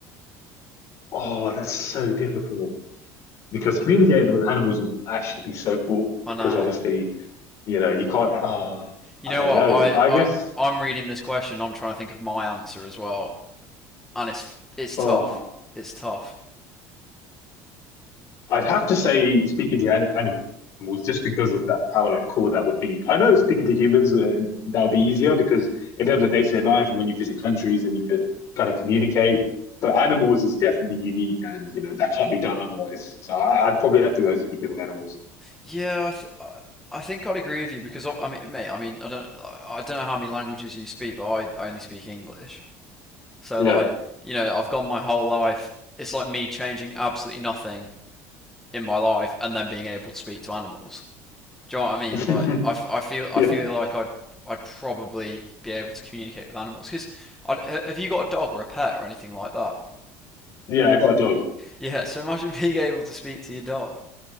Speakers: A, on the left; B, in the centre.
A: Oh, that's so difficult because communicating with animals would actually be so cool
B: I
A: because
B: know.
A: obviously, you know, you can't. Oh,
B: You
A: I
B: know
A: don't
B: what?
A: know.
B: I
A: I
B: I
A: guess.
B: I'm reading this question. I'm trying to think of my answer as well, and it's it's
A: Oh.
B: tough. It's tough.
A: I'd have to say speaking to animals just because of that how like cool that would be. I know speaking to humans uh, that would be easier because in terms of day to day life, when you visit countries and you could kind of communicate. But animals is definitely unique, and you know that can't be done otherwise. So I, I'd probably have to go speaking with animals.
B: Yeah, I, th- I- think I'd agree with you because I I mean, mate, I mean, I don't, I I don't know how many languages you speak, but I only speak English. So
A: Yeah,
B: like, you know, I've gone my whole life. It's like me changing absolutely nothing in my life and then being able to speak to animals. Do you know what I mean?
A: <laughs>
B: Like, I, f- I feel, I
A: yeah,
B: feel like I'd, I'd probably be able to communicate with animals. Because have you got a dog or a pet or anything like that?
A: yeah. I got a dog.
B: Yeah. So imagine <laughs> being able to speak to your dog.